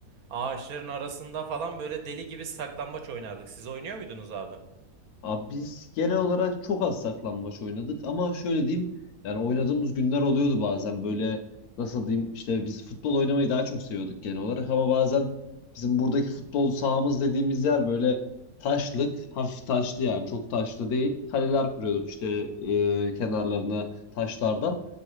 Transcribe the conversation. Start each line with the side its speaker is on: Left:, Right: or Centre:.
Right: Ağaçların arasında falan böyle deli gibi saklambaç oynardık. Siz oynuyor muydunuz abi?
Left: Abi biz genel olarak çok az saklambaç oynadık ama şöyle diyeyim yani oynadığımız günler oluyordu bazen böyle nasıl diyeyim işte biz futbol oynamayı daha çok seviyorduk genel olarak ama bazen bizim buradaki futbol sahamız dediğimiz yer böyle taşlık hafif taşlı yani çok taşlı değil kaleler kuruyorduk işte e, kenarlarına taşlardan